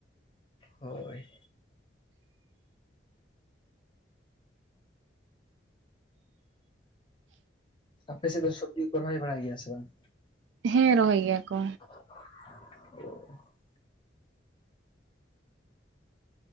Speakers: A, on the left (about 25°); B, on the right (about 75°).
A: ᱦᱳᱭ᱾ ᱟᱯᱮ ᱥᱮᱫ ᱫᱚ ᱥᱚᱵᱡᱤ ᱠᱚ ᱨᱚᱦᱚᱭ ᱵᱟᱲᱟᱭ ᱜᱮᱭᱟ ᱥᱮ ᱵᱟᱝ?
B: ᱦᱮᱸ ᱨᱚᱦᱚᱭ ᱜᱮᱭᱟ ᱠᱚ᱾
A: ᱳ᱾